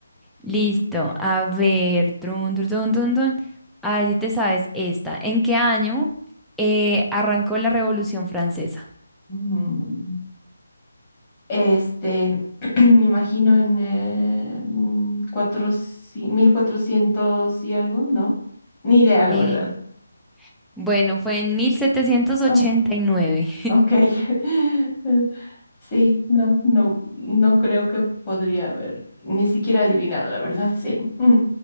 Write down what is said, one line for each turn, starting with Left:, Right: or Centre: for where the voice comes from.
Centre: Listo. A ver, trun, trun, trun, trun, trun. A ver si te sabes esta. ¿En qué año eh, arrancó la Revolución Francesa?
Left: Mm. Este, <clears throat> me imagino en eh, mm, 400 1400 y algo, ¿no? Ni idea, la
Centre: Eh,
Left: verdad.
Centre: bueno, fue en 1789.
Left: Ah. Ok. <laughs> Sí, no, no, no creo que podría haber ni siquiera adivinado, la verdad, sí. Mm.